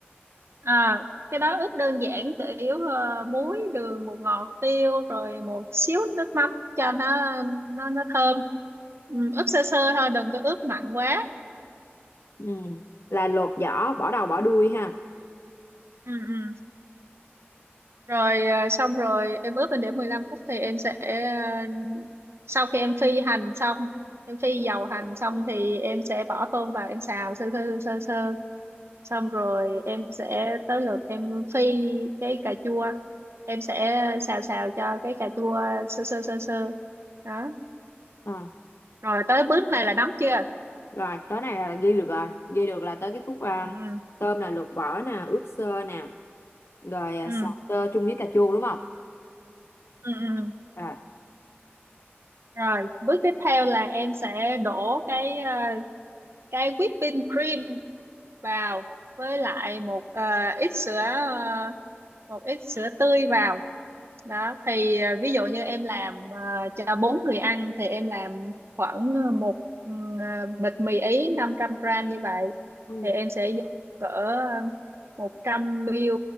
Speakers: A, on the right; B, on the left.
A: à cái đó ướp đơn giản chủ yếu ờ, muối, đường, bột ngọt, tiêu rồi một xíu nước mắm cho nó nó nó thơm. Ừ, ướp sơ sơ thôi đừng có ướp mặn quá.
B: ừ. là lột vỏ bỏ đầu bỏ đuôi ha
A: Ừ ừ. rồi à, xong rồi em ướp lên để 15 phút thì em sẽ à, sau khi em phi hành xong em phi dầu hành xong thì em sẽ bỏ tôm vào em xào sơ sơ sơ sơ xong rồi em sẽ tới lượt em phi cái cà chua em sẽ xào xào cho cái cà chua sơ sơ sơ sơ đó
B: Ờ,
A: rồi tới bước này là nấm chưa
B: rồi tới này là ghi được rồi ghi được là tới cái khúc ờ,
A: ừ, ừ,
B: tôm là lột vỏ nè ướp sơ nè rồi ờ,
A: ừ,
B: xào tơ chung với cà chua đúng không
A: ừ, ừ.
B: à,
A: rồi bước tiếp theo là em sẽ đổ cái à, cái whipping cream vào với lại một ờ, ít sữa ờ, một ít sữa tươi vào đó thì ờ, ví dụ như em làm ờ, cho bốn người ăn thì em làm khoảng ờ, một ừ, ờ, bịch mì ý 500 gram như vậy
B: ừ.
A: thì em sẽ dùng cỡ 100 ml